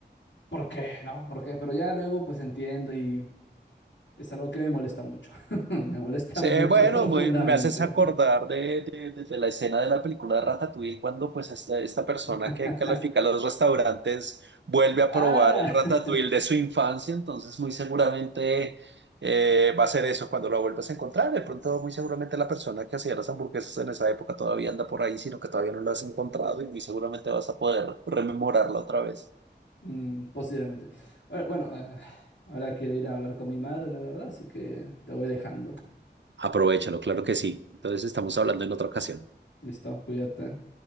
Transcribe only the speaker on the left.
¿por qué? No, ¿por qué? Pero ya luego pues entiendo y es algo que me molesta mucho. <laughs> Me molesta
mucho
profundamente.
<laughs>
Ah,
<laughs>
mm, posiblemente. Bueno, bueno, eh, ahora quiero ir a hablar con mi madre, la verdad, así que te voy dejando.
Listo, cuídate.